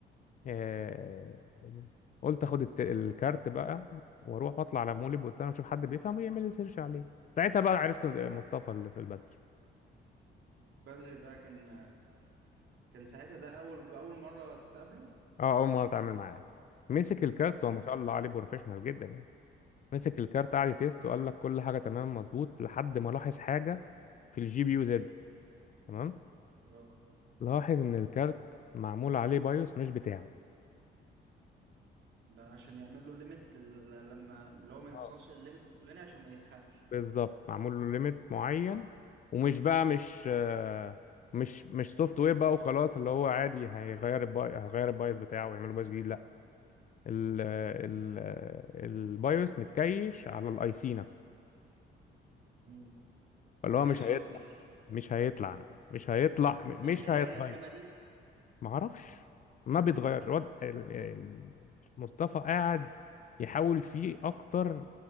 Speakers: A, on the left; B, on the right.
A: آه يعني قلت اخد الت- الكارت بقى واروح واطلع على مول البستان واشوف حد بيفهم ويعمل لي سيرش عليه ساعتها بقى عرفت مصطفى اللي في البدر
B: بدري ده كان كان ساعتها ده اول باول مره تتقابله
A: اه اول مره اتعامل معاه مسك الكارت
B: مم.
A: هو ما شاء الله عليه بروفيشنال جدا يعني مسك الكارت قعد يتيست وقال لك كل حاجه تمام مظبوط لحد ما لاحظ حاجه في الجي بي يو زد تمام
B: اه
A: لاحظ إن الكارت معمول عليه بايوس مش بتاعه
B: ده عشان يعمل له ليميت لما اللي هو ما يوصلش
A: اه
B: للليميت الفلاني عشان ما يسخنش
A: بالظبط معمول له ليميت معين
B: اه
A: ومش بقى مش آه، مش مش سوفت وير بقى وخلاص اللي هو عادي هيغير الباي هيغير البايوس بتاعه ويعمل بايوس جديد لا ال ال البايوس متكيش على الاي سي نفسه
B: امم
A: فاللي
B: متكايش
A: هو مش هيطلع
B: على الاي سي
A: مش هيطلع مش هيطلع مش
B: طب ده ليه
A: هيتغير
B: الرخامه دي
A: معرفش ما بيتغيرش وضع ال- ال- مصطفى قاعد يحاول فيه اكتر